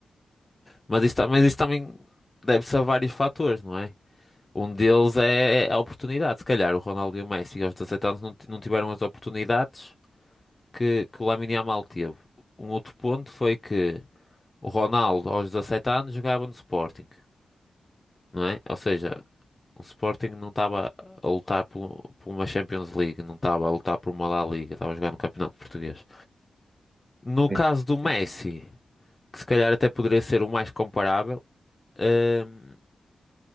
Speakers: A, on the left; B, on the right.
A: mas isso, ta- mas isso também deve-se a vários fatores, não é? Um deles é é a oportunidade. Se calhar o Ronaldo e o Messi aos 17 anos não, ti- não tiveram as oportunidades que, que o Lamine Yamal teve. Um outro ponto foi que o Ronaldo aos 17 anos jogava no Sporting, não é? Ou seja, O Sporting não estava a lutar pelo- por uma Champions League, não estava a lutar por uma La Liga, estava a jogar no Campeonato Português. No
B: Sim,
A: caso do Messi,
B: sim, sim.
A: que se calhar até poderia ser o mais comparável, hum,